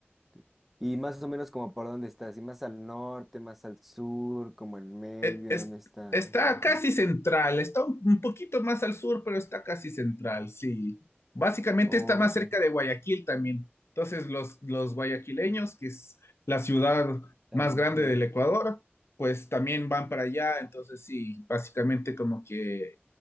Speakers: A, in the centre; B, on the left.
A: ok. Y más o menos como por dónde está, así más al norte, más al sur, como en medio,
B: e- es-
A: ¿en dónde está?
B: está
A: eh? Ajá.
B: casi central, está un, un poquito más al sur, pero está casi central, sí. Básicamente
A: Ok.
B: está más cerca de Guayaquil también. Entonces, los, los guayaquileños, que es la ciudad más
A: ajá.
B: grande del Ecuador, pues también van para allá. Entonces, sí, básicamente como que,